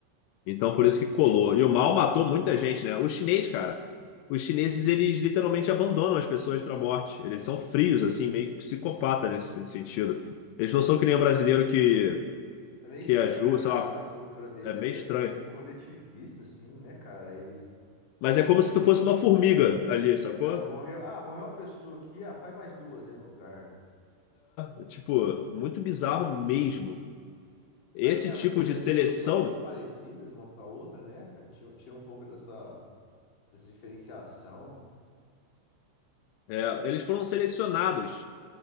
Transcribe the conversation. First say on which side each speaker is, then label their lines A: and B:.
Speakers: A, on the left; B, on the left.
A: Então, por isso que colou. E o mal matou muita gente, né? O chinês, cara, os chineses, eles literalmente abandonam as pessoas para a morte. Eles são frios, assim, meio psicopata nesse sentido. Eles não são que nem o brasileiro que,
B: É meio
A: que
B: estranho,
A: ajuda,
B: né, cara?
A: sei lá,
B: A cultura deles
A: é meio
B: é,
A: estranho.
B: é meio coletivista, assim, né, cara? Eles.
A: Mas é como se tu fosse uma formiga ali,
B: Então,
A: sacou?
B: morreu. Ah, morreu uma pessoa aqui. Ah, faz mais duas aí no lugar.
A: É, tipo, muito bizarro mesmo.
B: Será
A: Esse
B: que tem a
A: tipo
B: ver porque
A: de
B: as
A: seleção,
B: pessoas são muito parecidas uma com a outra, né, cara? Tira, tira um pouco dessa, dessa diferenciação.
A: é, eles foram selecionados